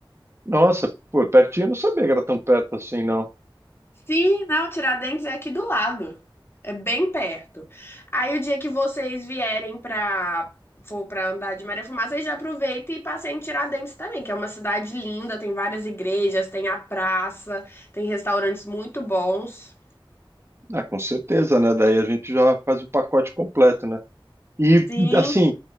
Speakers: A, on the right; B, on the left.
A: Nossa, pô, pertinho, eu não sabia que era tão perto assim, não.
B: Sim, não, Tiradentes é aqui do lado. É bem perto. Aí o dia que vocês vierem pra for para andar de Maria Fumaça, aí já aproveita e passeia em Tiradentes também, que é uma cidade linda, tem várias igrejas, tem a praça, tem restaurantes muito bons.
A: Ah, com certeza, né? Daí a gente já faz o pacote completo, né? E,
B: Sim.
A: assim,